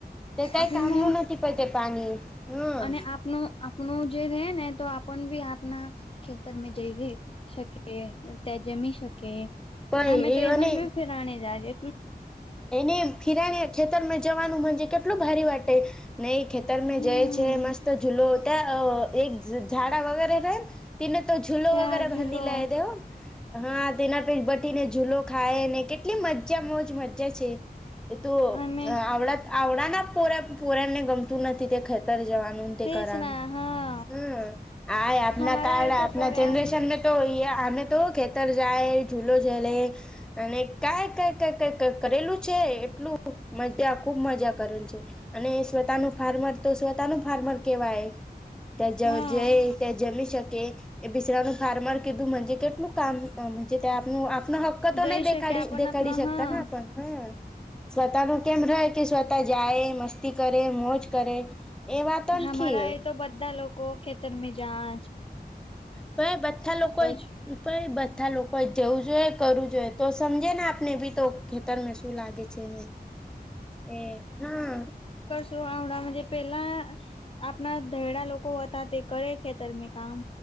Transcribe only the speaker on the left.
આપનું
અને આપનું આપણ જે રે ને તો પણ બી આપના ખેતરમાં જઈ શકીએ તે જેમી શકે
અમે
તો એમ
જ ભી ફેરાણી જજે
હમ
ત્યાં
જુલો
અમે
તેજ
ના હા
હમારા
એ તો
પોર્યા
હા
જઈ
શકે આપણ
આપના
હા
હમારા
એ તો બધા લોકો ખેતર મે જજ
જ
તો હમણાં પેલા આપણા દયડા લોકો હતા તે કરે ખેતર મેં કામ